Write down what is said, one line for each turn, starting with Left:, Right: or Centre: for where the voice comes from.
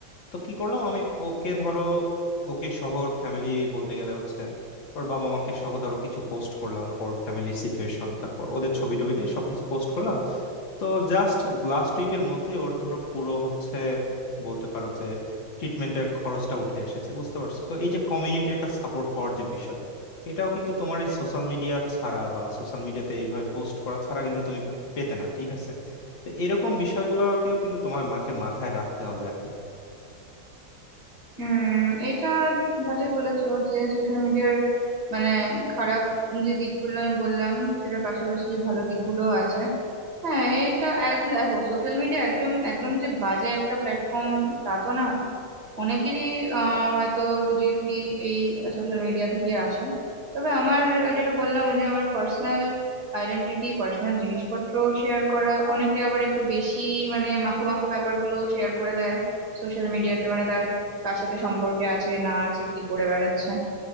Left: তো কি করলাম আমি ওকে ধরো ওকে শহর ফ্যামিলি বলতে গেলে হচ্ছে ওর বাবা মাকে সহ ধরো কিছু পোস্ট করলাম ওর ফ্যামিলির সিচুয়েশন তারপর ওদের ছবি টবি দিয়ে সবকিছু পোস্ট করলাম তো জাস্ট লাস্ট উইকের মধ্যেই ওর ধরো পুরো হচ্ছে বলতে পারো যে ট্রিটমেন্টের খরচটা উঠে এসেছে বুঝতে পারছো তো এই যে কমিউনিটি একটা সাপোর্ট পাওয়ার যে বিষয় এটাও কিন্তু তোমার এই সোশ্যাল মিডিয়া ছাড়া বা সোশ্যাল মিডিয়াতে এইভাবে পোস্ট করা ছাড়া কিন্তু তুমি পেতে না ঠিক আছে তো এরকম বিষয়গুলোকেও কিন্তু তোমার মাকে মাথায় রাখতে হবে আর কি
Right: উম এইটা ভালোই বলেছো যে সোশ্যাল মিডিয়ার মানে খারাপ যে দিকগুলো আমি বললাম সেটার পাশাপাশি ভালো দিকগুলো আছে হ্যাঁ এটা এক- দেখো সোশ্যাল মিডিয়া একদম একদম যে বাজে একটা প্ল্যাটফর্ম তা তো না অনেকেরই আহ হয়তো রুজি রুটি এই সোশ্যাল মিডিয়া থেকে আসে তবে আমার যেটা বললাম ওই যে আমার পার্সোনাল আইডেন্টিটি পার্সোনাল জিনিসপত্র শেয়ার করা অনেকে আবার একটু বেশি মানে মাখো মাখো ব্যাপারগুলো শেয়ার করে দেয় সোশ্যাল মিডিয়াতে মানে তার কার সাথে সম্পর্কে আছে না আছে কি করে বেড়াচ্ছে